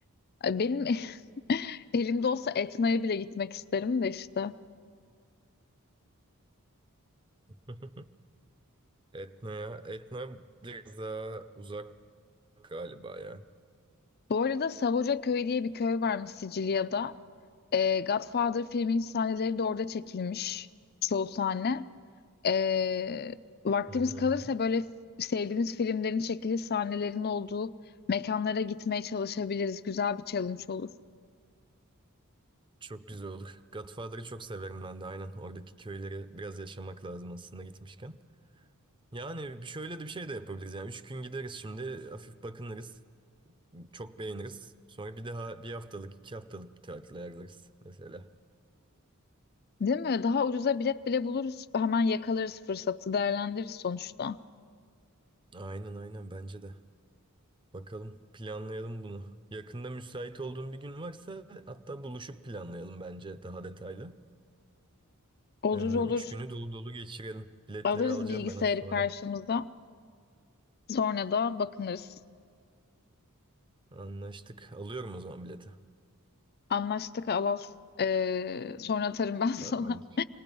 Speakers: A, on the left (about 45°); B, on the right (about 20°).
A: Benim <laughs> elimde olsa Etna'ya bile gitmek isterim de işte.
B: <laughs> Etna'ya. Etna biraz daha uzak galiba ya.
A: Bu arada Saboca Köyü diye bir köy varmış Sicilya'da. Ee, Godfather filminin sahneleri de orada çekilmiş. Çoğu sahne. Ee, vaktimiz
B: Hı hı.
A: kalırsa böyle sevdiğimiz filmlerin çekili sahnelerin olduğu mekanlara gitmeye çalışabiliriz. Güzel bir challenge olur.
B: Çok güzel olur. Godfather'ı çok severim ben de aynen. Oradaki köyleri biraz yaşamak lazım aslında gitmişken. Yani bir- şöyle de bir şey de yapabiliriz. Yani üç gün gideriz şimdi. Hafif bakınırız. Çok beğeniriz. Sonra bir daha bir haftalık, iki haftalık bir tatil ayarlarız mesela.
A: Değil mi? Daha ucuza bilet bile buluruz. Hemen yakalarız fırsatı, değerlendiririz sonuçta.
B: Aynen aynen bence de. Bakalım planlayalım bunu. Yakında müsait olduğun bir gün varsa hatta buluşup planlayalım bence daha detaylı.
A: Olur
B: Ee,
A: olur.
B: üç günü dolu dolu geçirelim. Biletleri
A: Alırız
B: alacağım
A: bilgisayarı
B: ben az sonra.
A: karşımıza. Sonra da bakınırız.
B: Anlaştık. Alıyorum o zaman bileti.
A: Anlaştık Alal. Ee, sonra atarım ben <laughs> sana.
B: Tamamdır.